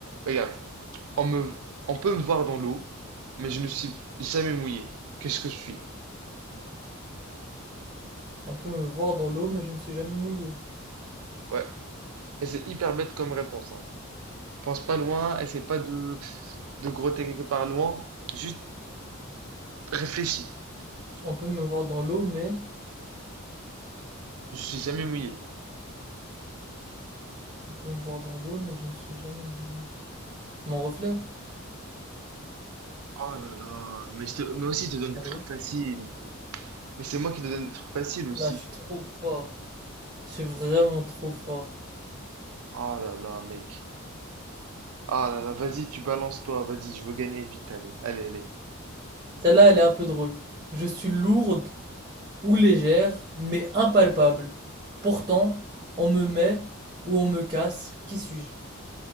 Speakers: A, on the right; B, on the right.
A: Regarde. On me... on peut me voir dans l'eau, mais je ne suis jamais mouillé. Qu'est-ce que je suis?
B: On peut me voir dans l'eau, mais je ne suis jamais mouillé.
A: Ouais. Et c'est hyper bête comme réponse, hein. Pense pas loin, essaie pas de, de grotter quelque part loin, juste réfléchis.
B: On peut me voir dans l'eau, mais...
A: Je suis jamais mouillé.
B: On peut me voir dans l'eau, mais je ne suis jamais mouillé. Mon reflet?
A: Oh là là, mais, je te- mais aussi je te donne des
B: Allô?
A: trucs faciles. Mais c'est moi qui te donne des trucs faciles aussi.
B: Là, je suis trop fort. Je suis vraiment trop fort.
A: Oh là là, mec. Ah là là, vas-y, tu balances toi, vas-y, je veux gagner vite, allez, allez, allez.
B: Celle-là, elle est un peu drôle. Je suis lourde ou légère, mais impalpable. Pourtant, on me met ou on me casse. Qui suis-je?